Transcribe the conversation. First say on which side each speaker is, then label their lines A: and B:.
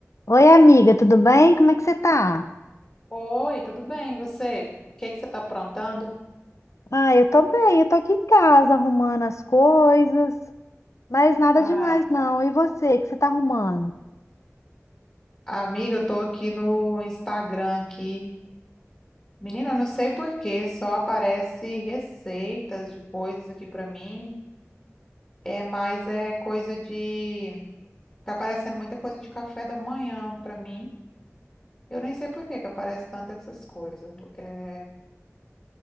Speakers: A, on the left; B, on the left.
A: Oi, amiga, tudo bem? Como é que você tá?
B: Oi, tudo bem? E você? O que é que você tá aprontando?
A: Ah, eu tô bem, eu tô aqui em casa arrumando as coisas, mas nada
B: Ai,
A: demais não. E você, o que você tá arrumando?
B: amiga, eu tô aqui no Instagram aqui. Menina, eu não sei por quê, só aparece receitas de coisas aqui pra mim. É, mas é coisa de tá aparecendo muita coisa de café da manhã pra mim. Eu nem sei por que que aparece tanto essas coisas. É,